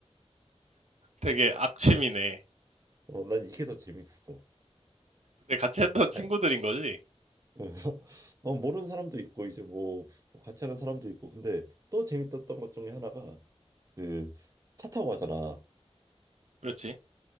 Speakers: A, on the right (about 80°); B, on the right (about 30°).
A: 되게 악취미네.
B: 어, 난 이게 더 재밌었어.
A: 근데 같이 했던 친구들인
B: 아,
A: 거지?
B: <laughs> 어, 모르는 사람도 있고 이제 뭐 뭐 같이 하는 사람도 있고 근데 또 재밌었던 것 중에 하나가 그 차 타고 가잖아
A: 그렇지.